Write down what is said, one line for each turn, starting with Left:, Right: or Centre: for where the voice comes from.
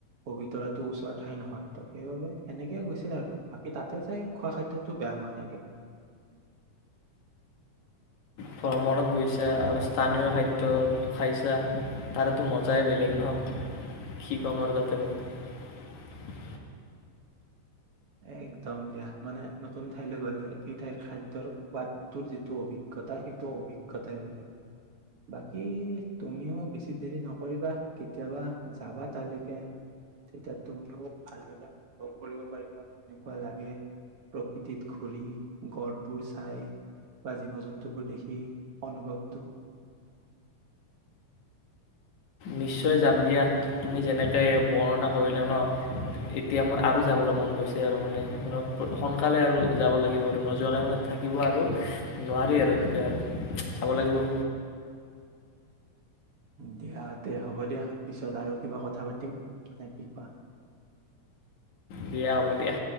Right: পবিতৰাতো ওচৰ ঠাই নহয় ত সেইবাবে সেনেকে গৈছিল আৰু বাকী তাতে যাই খোৱা খাদ্যতটো বেয়া হোৱা নাই দিয়া।
Left: ভ্ৰমণত গৈছা আৰু স্থানীয় খাদ্য খাইছা তাৰোতো মজাই বেলেগ নহওক কি ক'ম আৰু তাতে মই।
Right: একদম দিয়া মানে নতুন ঠাইলৈ গলে সেই ঠাইৰ খাদ্যয়ৰ সোৱাদটোৰ যিটো অভিজ্ঞতা সেইটো অভিজ্ঞতাই বেলেগ বাকী তুমিও বেছি দেৰি নকৰিবা কেতিয়াবা যাবা তালৈকে তেতিয়া তুমিও ভালদৰে কৰিব পাৰি বা কেনেকুৱা লাগে প্ৰকৃতিত ঘূৰি গড়বোৰ চাই বা জীৱ জন্তুবোৰ দেখি অনুভৱটো
Left: নিশ্চয় যাম দিয়া তুমি যেনেকৈ বৰ্ণনা কৰিলা ন এতিয়া মোৰ আৰু যাবলৈ মন গৈছে আৰু মানে সোনকালে আৰু যাব লাগিব আৰু নোযোৱাকৈ মানে থাকিব আৰু নোৱাৰি আৰু এনেকুৱা আৰু যাব লাগিব।
Right: দিয়া তে হ'ব দিয়া পিছত আৰু কিবা কথা পাতিম নে কি কোৱা?
Left: দিয়া হ'ব দিয়া।